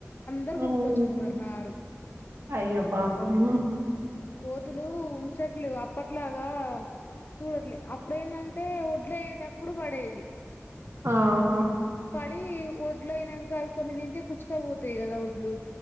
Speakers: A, on the left; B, on the right.
A: అందరు
B: హ్
A: కొనుక్కొచ్చుకున్నారు నారు
B: అయ్యో పాపము
A: కోతులు ఉంచట్లేవ్ అప్పట్లాగా చూడట్లే అప్పుదెండంటే ఒడ్లయ్యేటప్పుడు పడేది.
B: ఆహా
A: పడి ఒడ్లు అయినంక అవి కొన్ని తింటే కూచ్చుక పోతాయి కదా ఒడ్లు